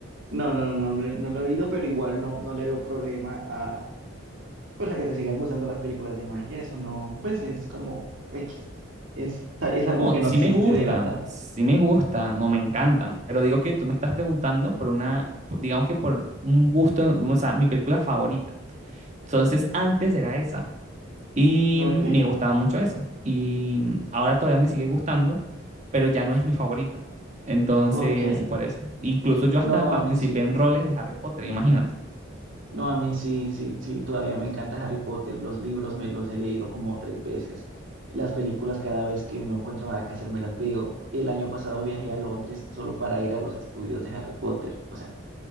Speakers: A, on the right; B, on the right.
A: No, no, no, no, no lo he oído, pero igual no, no le veo problema a, pues a que te sigan gustando las películas de magia, eso no, pues es como X. Es, es algo
B: No,
A: que no
B: sí
A: existe
B: me gustan,
A: de verdad.
B: sí me gustan, no me encantan, pero digo que tú me estás preguntando por una, digamos que por un gusto, o sea, mi película favorita. Entonces, antes era esa. Y
A: Ok,
B: me gustaba mucho eso. Y ahora todavía me sigue gustando, pero ya no es mi favorito. Entonces,
A: ok.
B: por eso. Incluso yo hasta
A: No,
B: participé
A: a mí sí.
B: en roles de Harry Potter, imagínate.
A: No, a mí sí, sí, sí. Todavía me encanta Harry Potter. Los libros me los he leído como tres veces. Las películas cada vez que no encuentro nada que hacer me las veo. El año pasado viajé a Londres solo para ir a los estudios de Harry Potter. O sea,